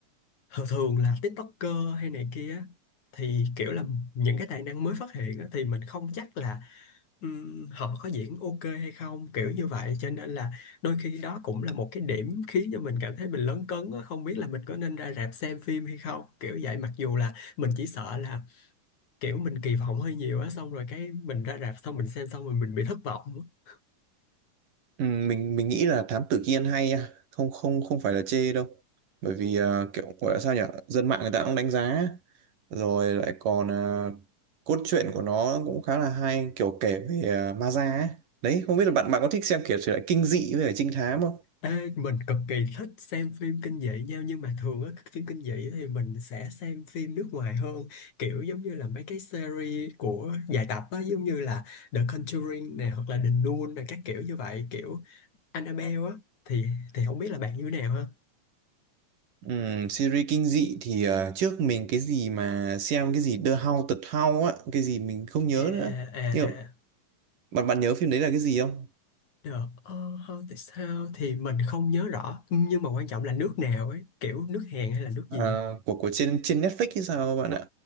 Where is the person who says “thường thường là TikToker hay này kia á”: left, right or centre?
Left